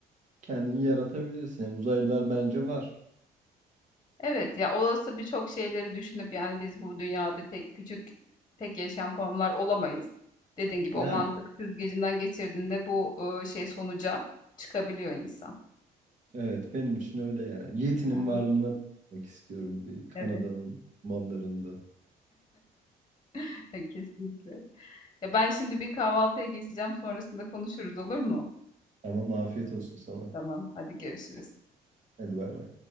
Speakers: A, on the right; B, on the left.
A: kendin yaratabilirsin. Yani uzaylılar bence var.
B: Evet ya olası birçok şeyleri düşünüp yani biz bu dünyada tek küçük tek yaşayan formlar olamayız. Dediğin gibi
A: Yani
B: o mantık süzgecinden geçirdiğinde bu e, şey sonuca çıkabiliyor insan.
A: evet benim için öyle yani. Yeti'nin
B: Yani
A: varlığına bakmak istiyorum bir Kanada'nın
B: evet
A: manlarında.
B: <laughs> kesinlikle. Ya ben şimdi bir kahvaltıya geçeceğim sonrasında konuşuruz olur mu?
A: Tamam afiyet olsun sana.
B: Tamam hadi görüşürüz.
A: Hadi bay bay.